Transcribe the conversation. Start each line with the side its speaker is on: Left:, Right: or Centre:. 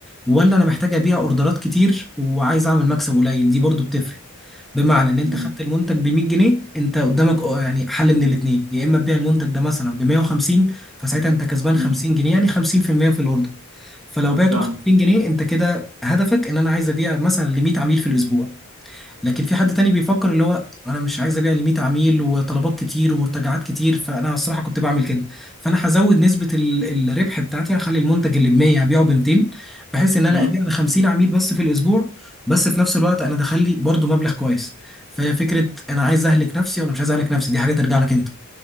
Centre: ولا انا محتاج ابيع اوردرات كتير وعايز اعمل مكسب قليل دي برضو بتفرق بمعنى ان انت
Right: امم
Centre: خدت المنتج ب 100 جنيه انت قدامك اه يعني حل من الاثنين يا اما تبيع المنتج ده مثلا ب 150 فساعتها انت كسبان 50
Right: امم
Centre: جنيه يعني 50% في المية في الاوردر فلو بعته
Right: فاهم
Centre: ب 50 جنيه انت كده هدفك ان انا عايز ابيع مثلا ل 100 عميل في الاسبوع لكن في حد تاني بيفكر اللي هو انا مش عايز ابيع ل 100 عميل وطلبات كتير ومرتجعات كتير فانا الصراحه كنت بعمل كده فانا هزود نسبه ال- الربح بتاعتي هخلي المنتج اللي ب 100 هبيعه ب 200 بحيث ان انا
Right: امم
Centre: ابيع ل 50 عميل بس في الاسبوع بس في نفس الوقت انا دخل لي برضه مبلغ كويس فهي فكره انا عايز اهلك نفسي ولا مش عايز اهلك نفسي دي حاجه ترجع لك انت